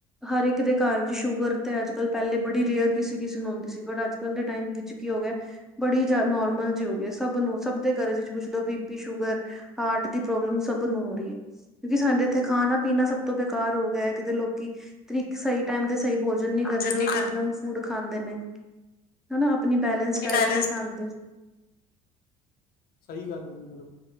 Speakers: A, in the centre; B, on the left.
A: ਹਰ ਇੱਕ ਦੇ ਘਰ ਵਿੱਚ ਸ਼ੂਗਰ ਤੇ, ਅੱਜ ਕੱਲ ਪਹਿਲੇ ਬੜੀ ਰੇਅਰ ਕਿਸੇ- ਕਿਸੇ ਨੂੰ ਆਉਂਦੀ ਸੀ, ਬਟ ਅੱਜ ਕੱਲ ਦੇ ਟਾਈਮ ਵਿੱਚ ਕੀ ਹੋ ਗਿਆ। ਬੜੀ ਜ ਨੋਰਮਲ ਜਿ ਹੋ ਗ ਸਭ ਨੂੰ ਸਭ ਦੇ ਘਰਾ ਚ ਪੁੱਛ ਲੋ ਬੀਪੀ ਸ਼ੂਗਰ। ਹਾਰਟ ਦੀ ਪ੍ਰੋਬਲਮ ਸਭ ਨੂੰ ਹੋ ਰਹੀ ਹੈ, ਕਿਉਂਕਿ ਸਾਡੇ ਇੱਥੇ ਖਾਣਾ- ਪੀਣਾ ਸਭ ਤੋਂ ਬੇਕਾਰ ਹੋ ਗਿਆ। ਤੇ ਲੋਕੀ ਤਰੀਕ ਸਹੀ ਟਾਈਮ ਤੇ ਸਹੀ ਭੋਜਨ ਨੀ ਕਰਦੇ।
B: ਜਨ ਨਹੀਂ
A: ਉਹ
B: ਕਰ
A: ਤੋਂ ਜੰਕ ਫੂਡ ਖਾਂਦੇ ਨੇ। ਹਨਾ ਆਪਣੀ ਬੈਲੇੈਂਸ ਡਾਇਟ
B: ਬੈਲੈਂਸ
A: ਨਹੀਂ ਖਾਣਦੇ।
B: ਸਹੀ ਗੱਲ ਹੈ ਜੀ।